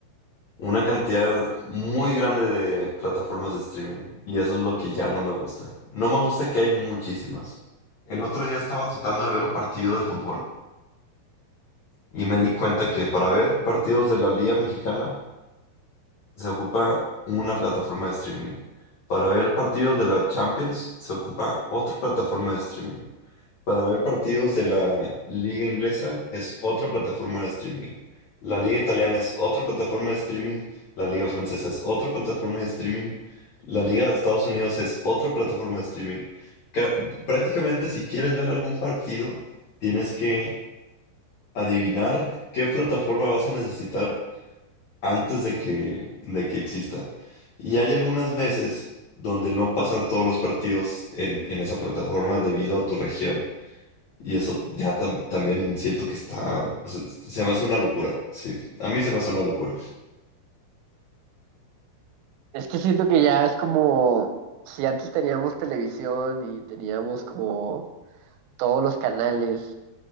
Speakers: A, on the left; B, on the right.
A: una cantidad muy grande de plataformas de streaming. Y eso es lo que ya no me gusta. No me gusta que hay muchísimas. El otro día estaba tratando de ver un partido de fútbol y me di cuenta que para ver partidos de la Liga Mexicana se ocupa una plataforma de streaming. Para ver partidos de la Champions se ocupa otra plataforma de streaming. Para ver partidos de la liga inglesa es otra plataforma de streaming. La liga italiana es otra plataforma de streaming. La liga francesa es otra plataforma de streaming. La liga de Estados Unidos es otra plataforma de streaming. Ca- Prácticamente si quieres ver algún partido, tienes que adivinar qué plataforma vas a necesitar antes de que, de que exista. Y hay algunas veces donde no pasan todos los partidos en, en esa plataforma debido a tu región. Y eso ya tam- también siento que está, o sea, se me hace una locura. Sí, a mí se me hace una locura.
B: Es que siento que ya es como si antes teníamos televisión y teníamos como todos los canales